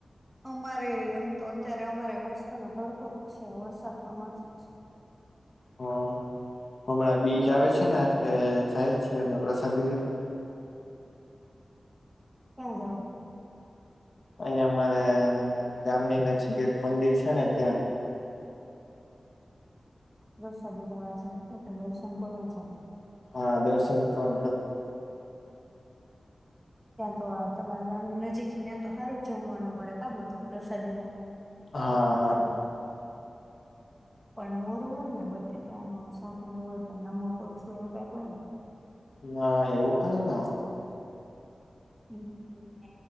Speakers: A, in the centre; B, on the left.
A: અમારે એમ તો અત્યારે અમારે મસ્કોનોો તડકો જ છે વરસાદમાંથી
B: હા હમણાં બીજ આવે છે ને જાય છેી અ પ્રસાદી લેવું
A: કે જ
B: અહિયાં અમારે ગામની નજીક એક મંદિર છે ને ત્યાં
A: રસ્ બોલાવા છે છો દર્શન કર છ
B: હા દર્શન વાર
A: ત્યાં તો તમારી ગામની નજીક છે ત્યાં તો સારું જમવાનું મળે કામ મતલબ પ્રસાદી ના
B: હા હા
A: પણ મોરું હોય ને બટેટાનું શાક વું હોય પણ નમક ઓછું એવું કઈક હોય ને
B: ના એવું કઈને
A: હમ